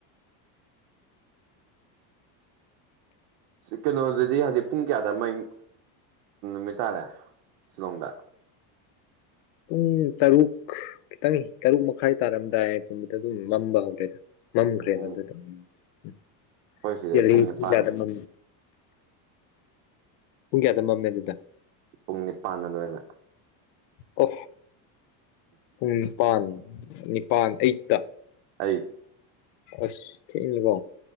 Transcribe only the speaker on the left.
ꯄꯨꯡ ꯇꯔꯨꯛ ꯈꯤꯇꯪ ꯇꯔꯨꯛ ꯃꯈꯥꯏ ꯇꯥꯔꯝꯗꯥꯏ ꯄꯨꯝꯕꯗ ꯑꯗꯨꯝ ꯃꯝꯕ ꯍꯧꯔꯦꯗ ꯃꯃ
ꯀ꯭ꯔꯦꯗ ꯑꯗꯨꯗꯗ
ꯃ ꯄꯨꯡ ꯀꯌꯥꯗ ꯃꯝꯃꯦ ꯑꯗꯨꯗ
ꯑꯣ ꯄꯨꯡ ꯅꯤꯄꯥꯟ ꯅꯤꯄꯥꯟ ꯑꯩꯠꯇ
ꯑꯁ ꯊꯀꯣ